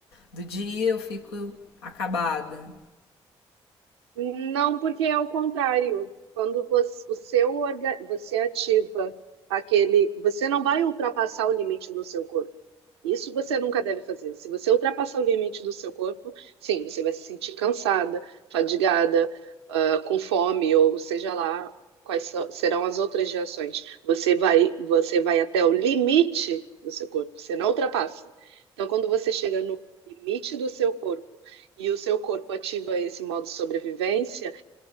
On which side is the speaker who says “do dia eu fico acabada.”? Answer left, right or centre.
Left